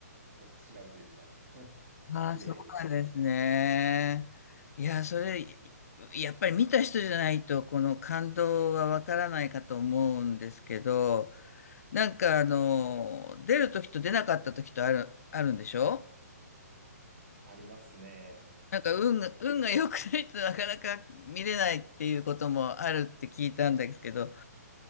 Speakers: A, on the right; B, on the left.
A: こう違うというか <laughs>
B: ああ、
A: 綺麗でした。
B: そうなんですね。いや、それ、いやっぱり見た人じゃないと、この感動はわからないかと思うんですけど、なんかあの、出る時と出なかった時とある、あるんでしょ
A: ありますね。
B: なんか運が、運が良くないと <laughs> なかなか見れないっていうこともあるって聞いたんですけど。